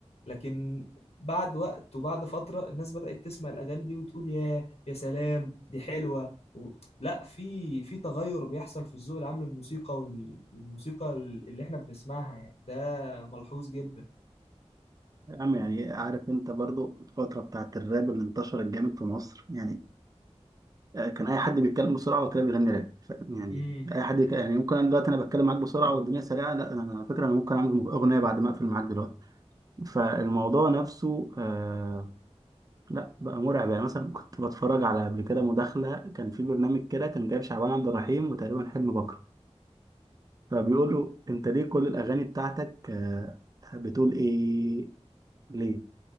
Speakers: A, on the left; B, on the right.
A: لكن بعد وقت وبعد فترة الناس بدأت تسمع الأغاني دي وتقول يا يا سلام دي حلوة و... لا في في تغير بيحصل في الذوق العام للموسيقى وال... والموسيقى اللي احنا بنسمعها يعني ده ملحوظ جدا
B: يا عم يعني عارف أنت برضو الفترة بتاعت الراب اللي انتشرت جامد في مصر يعني آه، كان اي حد بيتكلم بسرعه وكان بيغني راب فاهم؟ يعني
A: مم.
B: اي حد يك- يعني ممكن انا دلوقتي انا بتكلم معاك بسرعه والدنيا سريعه لا انا على فكره انا ممكن اعمل اغنيه بعد ما اقفل معاك دلوقتي فالموضوع نفسه آه لا بقى مرعب يعني مثلا كنت بتفرج على قبل كده مداخله كان في برنامج كده كان جايب شعبان عبد الرحيم وتقريبا حلمي بكر فبيقول له انت ليه كل الاغاني بتاعتك آه بتقول ايه ليه